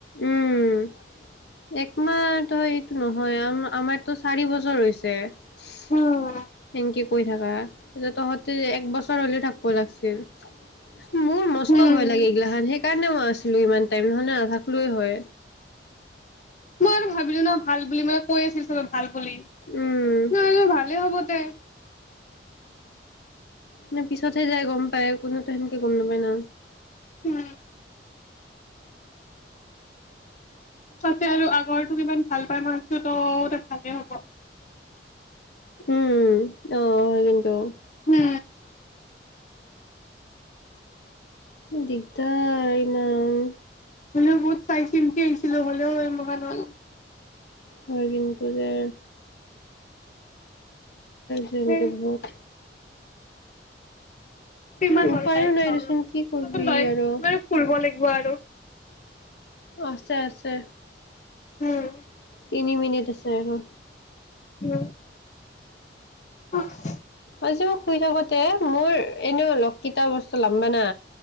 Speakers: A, on the left; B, on the left.
A: উম একমাহৰ এইটো নহয় আৰু আমাৰতো চাৰি বছৰ হৈছে থেংকিউ
B: উম
A: কৰি থাকা তহঁতি এক বছৰ হ'লেও থাকব লাগছিল মোৰ মস্ত
B: উম।
A: ভয় লাগে এইগিলাখান সে সেই কাৰণে মই আছিলো ইমান টাইম নহ'লে নাথাকো লোৱে হয়
B: মই আৰু ভাবিলো ন ভাল বুলি মানে কৈ আছিল চবে ভাল বুলি মই
A: উম
B: ভাবিছোঁ ভালে হ'ব দে
A: মানে পিছতহে যায় গম পায় কোনতো সেনেকে গম নাপায় ন
B: উম তাতে আৰু আগৰতো কিমান ভাল পাই মই ত দে ভালেই হ'ব
A: উম অ কিন্তু
B: উম
A: দিগদাৰ ইমান
B: হ'লেও বহুত চাই চিন্তি আহিছিলো হ'লেও এই মহান হ'ল
A: হয় কিন্তু দে যেনকে
B: সেই
A: বহুত
B: কিমান
A: উম
B: হ'ল
A: উপায়ো
B: টাইম
A: নাই
B: চাওঁ
A: দেচোন
B: ৰ
A: কি কৰিবি
B: চা চোন যি মানে
A: আৰু
B: ফুৰিব লাগিব নোৱাৰো
A: আছে আছে
B: উম
A: তিনি মিনিট আছে আৰু
B: উম আচ
A: আজিও শুই থাকোতে মোৰ এনেও অলপ তিতা বস্তু লাম্বানা